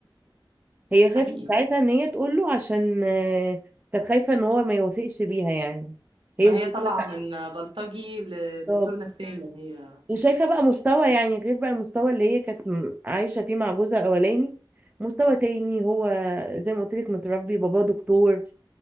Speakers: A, on the right; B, on the right.
A: هي خافت
B: حقيقي
A: ساعتها ان هي تقول له عشان آه، كانت خايفه ان هو ما يوافقش بيها يعني هي
B: ما
A: شايفاه
B: هي طالعة من بلطجي لدكتور
A: خلاص.
B: نفساني هي
A: وشايفه بقى مستوى يعني غير بقى المستوى اللي هي كانت م- عايشه فيه مع جوزها الاولاني مستوى تاني هو زي ما قلت لك متربي باباه دكتور